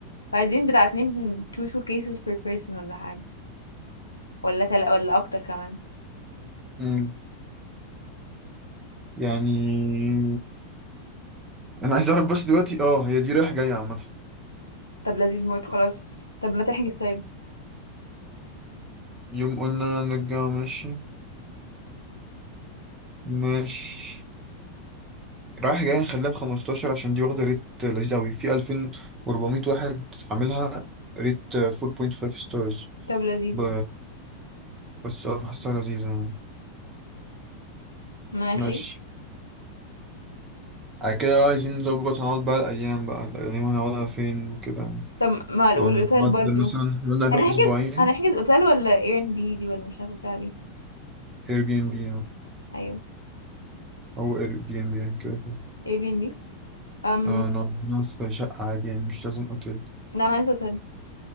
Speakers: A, on the left; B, on the right.
A: فعايزين بتاع اتنين two suitcases per person ولا حاجة ولا تل... ولا اكتر كمان
B: امم يعني انا عايز اعرف بس دلوقتي اه هي دي رايح جاي عامه
A: طب لذيذ موت خلاص طب ما تحجز طيب
B: يوم قلنا نرجع ماشي ماشي رايح جاي خليها ب 15 عشان دي واخده ريت لذيذ قوي في 2400 واحد عاملها ريت 4.5 ستارز
A: طب لذيذ
B: ب... بس اه فحسها لذيذه يعني
A: ماشي
B: ماشي على كده بقى عايزين نظبط هنقعد بقى الايام بقى الايام هنقعدها فين وكده يعني
A: طب ما الاوتيل
B: يعني نقعد
A: برضو
B: مثلا إحنا قلنا نروح
A: هنحجز
B: اسبوعين
A: هنحجز اوتيل ولا اير ان بي دي ولا مش عارفه بتاع دي
B: اير بي ام بي
A: ايوه
B: او اير بي ام بي يعني كده كده
A: اير بي ان بي ام
B: اه نقعد هنا في شقه عادي يعني مش لازم اوتيل
A: لا انا عايزه اوتيل